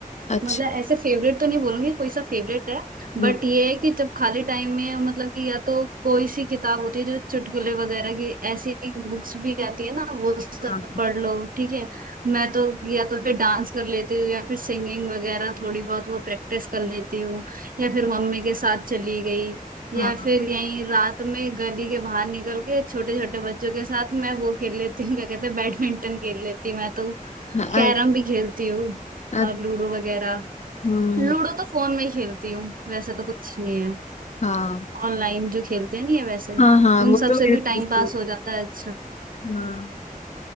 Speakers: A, on the left; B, on the right.
A: अच्छा
B: मतलब ऐसे फेवरेट तो नहीं बोलूंगी कोई सा फेवरेट है
A: हम्म,
B: बट ये है कि जब खाली टाइम में मतलब कि या तो कोई सी किताब होती है जो चुटकुले वगैरह की ऐसी बुक्स भी आती है ना वो सब
A: हाँ
B: पढ़ लो ठीक है मैं तो या तो फिर डांस कर लेती हूँ या फिर सिंगिंग वगैरह थोड़ी बहुत वो प्रैक्टिस कर लेती हूँ या फिर मम्मी के साथ चली गई
A: हाँ
B: या फिर यहीं रात में गली के बाहर निकल के छोटे छोटे बच्चों के साथ मैं वो खेल लेती हूँ क्या कहते हैं बैडमिंटन खेल लेती हूँ मैं तो
A: हाँ
B: कैरम
A: अ-
B: भी खेलती हूँ
A: अ-
B: और लूडो वगैरह
A: हम्म,
B: लूडो तो फोन में ही खेलती हूँ वैसे तो कुछ नहीं है
A: हाँ
B: ऑनलाइन जो खेलते हैं नहीं है वैसे
A: हाँ हाँ
B: उन
A: वो
B: सब
A: तो मेरे
B: से भी
A: पास
B: टाइम पास
A: भी है।
B: हो जाता है अच्छा
A: हाँ